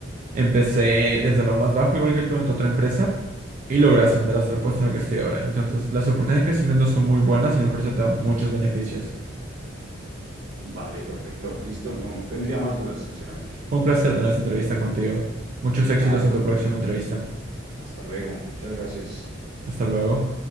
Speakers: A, on the right (about 40°); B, on the right (about 75°).
A: empecé desde lo más bajo, igual que tú, en tu otra empresa, y logré ascender hasta el puesto en el que estoy ahora. Entonces, las oportunidades de crecimiento son muy buenas y la empresa te da muchos beneficios.
B: Vale, perfecto. Listo, no, no tendría más dudas, sinceramente.
A: Fue un placer tener esta entrevista contigo. Muchos
B: Mm,
A: éxitos
B: Vale,
A: en
B: vale.
A: tu próxima entrevista.
B: Hasta luego. Muchas gracias.
A: Hasta luego.